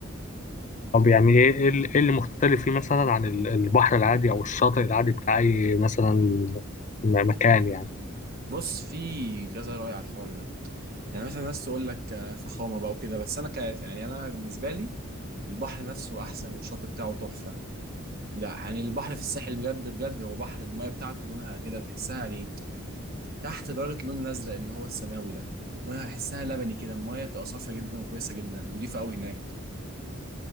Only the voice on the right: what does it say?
بص في كذا رأي على الحوار ده يعني مثلا ناس تقول لك آه، فخامه بقى وكده بس انا ك يعني انا بالنسبه لي البحر نفسه احسن والشط بتاعه تحفه لا يعني البحر في الساحل بجد بجد هو بحر المايه بتاعته لونها كده تحسها يعني تحت درجه اللون الازرق اللي هو السماوي ده لونها احسها لبني كده المايه بتبقى صافيه جدا وكويسه جدا نضيفه قوي هناك